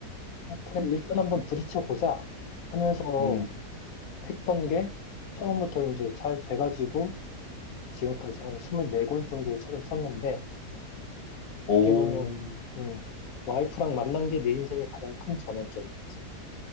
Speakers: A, on the left (about 70°); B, on the left (about 40°).
A: 어, 그래
B: 음,
A: 일단 한번 부딪혀 보자 하면서
B: 음.
A: 했던 게 처음부터 이제 잘 돼가지고 지금까지 한 24권 정도의 책을 썼는데
B: 오,
A: 어떻게 보면 음, 와이프랑 만난 게 내 인생의 가장 큰 전환점이었지.